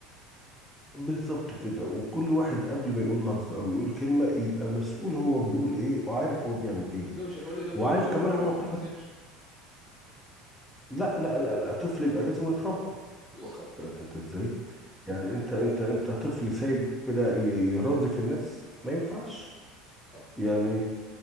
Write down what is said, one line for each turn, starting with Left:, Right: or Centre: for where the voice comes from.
Centre: بالظبط كده وكل واحد قبل ما يقول لفظ او يقول كلمة يبقى مسؤول هو بيقول ايه وعارف هو بيعمل ايه
Left: ازاي مش هتقولي ده طفل
Centre: وعارف
Left: وما
Centre: كمان عواقبها
Left: بيتحاسبش
Centre: لا لا لا لا طفل يبقى لازم يتربى
Left: بالظبط
Centre: واخد بالك انت ازاي
Left: ده
Centre: يعني
Left: حقيقي
Centre: انت انت انت طفل سايب كده ي- يرازي في الناس ما ينفعش
Left: صح
Centre: يعني